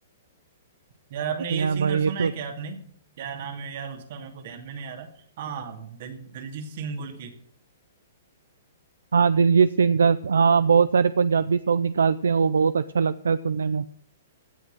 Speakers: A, on the right; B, on the right.
A: यार आपने ये
B: हाँ
A: सिंगर
B: भाई
A: सुना
B: ये तो
A: है क्या आपने क्या नाम है यार उसका मेरे को ध्यान में नहीं आ रहा हाँ दल, दलजीत सिंह बोल के
B: हाँ दिलजीत सिंह का हाँ बहुत सारे पंजाबी सॉन्ग निकालते हैं वो बहुत अच्छा लगता है सुनने में